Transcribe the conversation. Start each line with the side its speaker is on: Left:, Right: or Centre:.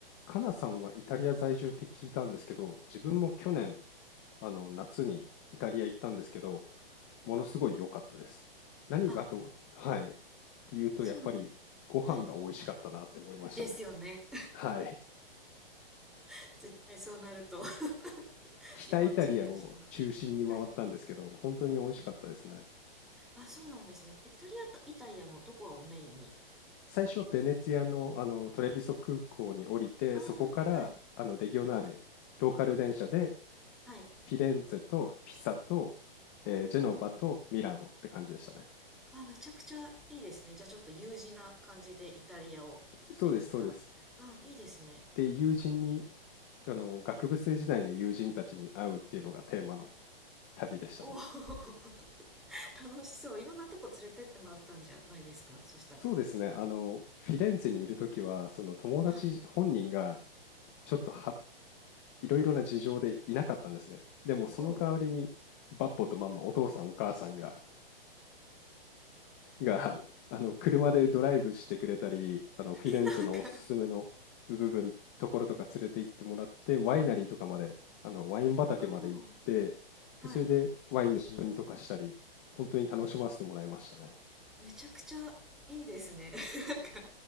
Left: かなさんはイタリア在住って聞いたんですけど、自分も去年、あの夏にイタリア行ったんですけど、ものすごい良かったです。何がと、
Centre: あ、
Left: はい、っていうとやっぱりご飯が美味しかったなって思いましたね。
Centre: そうなんです。はい。ですよね。
Left: はい。<laughs>
Centre: <laughs> 絶対そうなると <laughs>
Left: 北イタリアを中心に回ったんですけど、
Centre: 日本人としては。はい。
Left: 本当に美味しかったですね。
Centre: うんうん。あ、そうなんですね。イタリアと、イタリアのどこをメインに
Left: 最初はベネツィアの、あのトレビソ空港に降りて、
Centre: ああ、
Left: そこからあのレギオナーレ、
Centre: はい。
Left: ローカル電車で
Centre: はい。
Left: フィレンツェとピサと、
Centre: おお。
Left: えージェノバとミラノって感じでしたね。
Centre: あ、めちゃくちゃいいですね。じゃあちょっと U 字な感じでイタリアを巡った。
Left: そうです、そうです。
Centre: あ、いいですね。
Left: で、友人に、
Centre: なんか
Left: あの、学部生時代の友人たちに会うっていうのがテーマの旅でしたね。
Centre: おお、<laughs> 楽しそう。いろんなとこ連れてってもらったんじゃないですかそしたら。
Left: そうですね、あの、フィレンツェにいるときは、その友達本人が
Centre: はい。
Left: ちょっとはいろいろな事情でいなかったんですね。でもその代わりに、
Centre: おお。
Left: バッポとママ、お父さんお母さんがが <laughs> あの車でドライブしてくれたりあのフィレンツェのおすすめの部分ところとか連れて行ってもらってワイナリーとかまであのワイン畑まで行ってでそれでワインの試飲とかしたり本当に楽しませてもらいましたね
Centre: え、なんか、おお。はい。めちゃくちゃいいですね <laughs> なんか